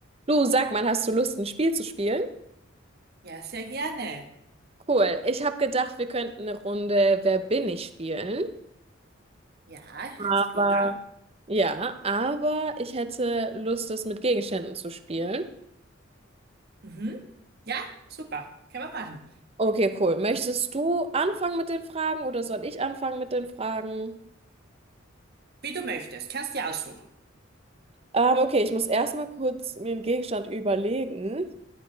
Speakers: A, on the right (about 30°); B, on the right (about 50°).
A: Du, sag mal, hast du Lust, ein Spiel zu spielen?
B: Ja, sehr gerne.
A: Cool. Ich habe gedacht, wir könnten eine Runde Wer bin ich spielen.
B: Ja,
A: Aber.
B: hört sich gut an.
A: Ja, aber ich hätte Lust, das mit Gegenständen zu spielen.
B: Mhm. Ja, super. Können wir machen.
A: Okay, cool. Möchtest du anfangen mit den Fragen oder soll ich anfangen mit den Fragen?
B: Wie du möchtest. Kannst dir aussuchen.
A: Ähm, okay, ich muss erstmal kurz mir einen Gegenstand überlegen.